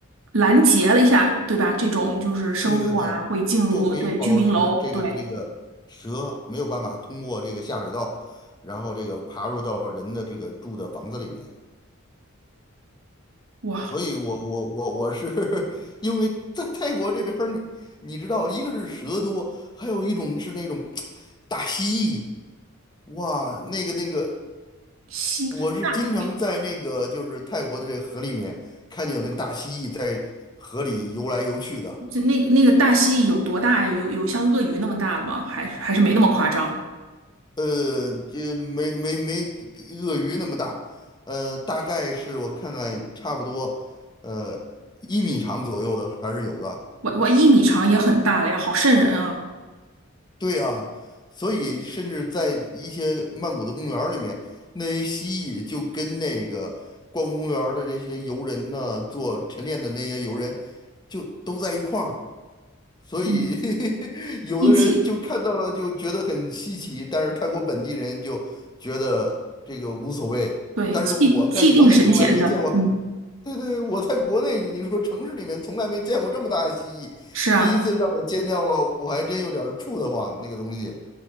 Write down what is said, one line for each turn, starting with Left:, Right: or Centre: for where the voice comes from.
Right: 拦截了一下，对吧？这种就是生物啊会进入对居民楼，
Left: 对对对，就可以保持这个这个蛇没有办法通过这个下水道，
Right: 对，
Left: 然后这个爬入到人的这个住的房子里面。
Right: 哇，
Left: 所以我我我我是 <laughs> 因为在泰国这边儿你，你知道，一个是蛇多，还有一种是那种大蜥蜴，哇，那个那个
Right: 西。
Left: 我是经常在那个就是泰国的这河里面看见有那个大蜥蜴在河里游来游去的，
Right: 那。就那个那个大蜥蜴有多大呀？有有像鳄鱼那么大了吗？还还是没那么夸张？
Left: 呃，这没没没鳄鱼那么大，呃，大概是我看看差不多，呃，一米长左右的还是有的。
Right: 我我一米长也很大了呀，好瘆人啊！
Left: 对啊，所以甚至在一些曼谷的公园儿里面，那些蜥蜴就跟那个逛公园儿的这些游人呢，做晨练的那些游人，就都在一块儿。所以
Right: 嗯，
Left: <laughs> 有的人就看到了就觉得很稀奇，
Right: 一起，
Left: 但是泰国本地人就觉得这个无所谓。
Right: 对，
Left: 但是我在国内从来没见过，
Right: 气气定神闲的，嗯，
Left: 对对，我在国内你说城市里面从来没见过这么大的蜥蜴，
Right: 是啊，
Left: 第一次让我见到了，我还真有点儿怵得慌那个东西。